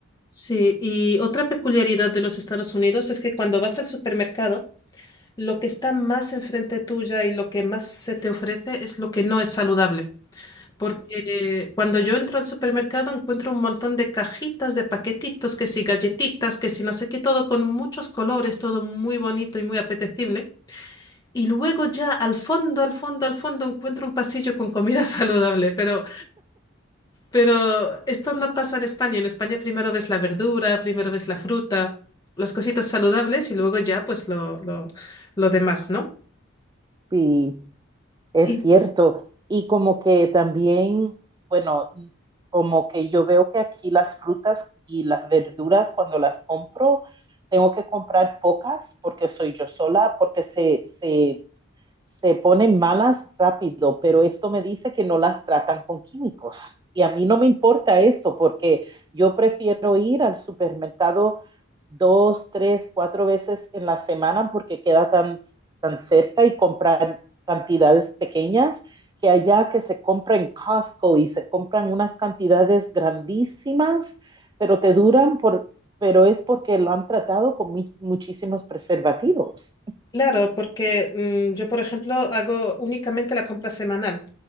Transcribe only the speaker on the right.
Y Es
cierto. Y como que también, bueno, como que yo veo que aquí las frutas y las verduras, cuando las compro, tengo que comprar pocas porque soy yo sola, porque se, se se ponen malas rápido, pero esto me dice que no las tratan con químicos. Y a mí no me importa esto porque yo prefiero ir al supermercado dos, tres, cuatro veces en la semana porque queda tan, tan cerca y comprar cantidades pequeñas que allá que se compra en Costco y se compran unas cantidades grandísimas, pero te duran por, pero es porque lo han tratado con mi, muchísimos preservativos.